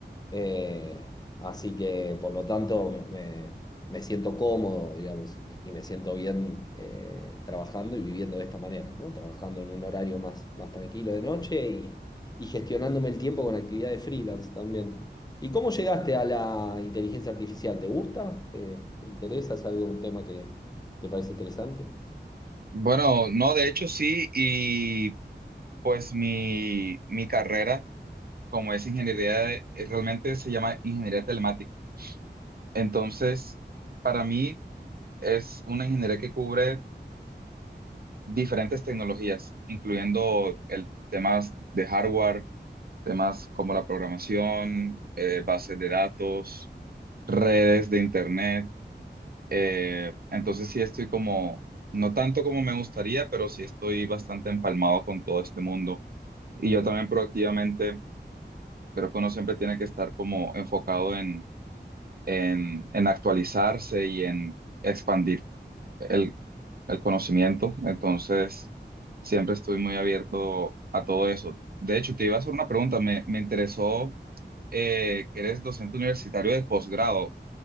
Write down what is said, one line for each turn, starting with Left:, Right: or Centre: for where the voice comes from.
Left: Eh, así que, por lo tanto, me, me siento cómodo, digamos, y me, y me siento bien eh, trabajando y viviendo de esta manera, ¿no? Trabajando en un horario más, más tranquilo de noche y, y gestionándome el tiempo con actividades freelance también. ¿Y cómo llegaste a la inteligencia artificial? ¿Te gusta? ¿Te, te interesa? ¿Es algo, un tema que te parece interesante?
Right: Bueno, no, de hecho sí, y pues mi, mi carrera, como es ingeniería, de- eh, realmente se llama ingeniería telemática. Entonces, para mí es una ingeniería que cubre diferentes tecnologías, incluyendo el temas de hardware, temas como la programación, eh, bases de datos, redes de internet Eh, entonces sí estoy como, no tanto como me gustaría, pero sí estoy bastante empalmado con todo este mundo. Y yo también proactivamente creo que uno siempre tiene que estar como enfocado en, en, en actualizarse y en expandir el, el conocimiento. Entonces siempre estoy muy abierto a todo eso. De hecho, te iba a hacer una pregunta. Me, me interesó eh, que eres docente universitario de posgrado.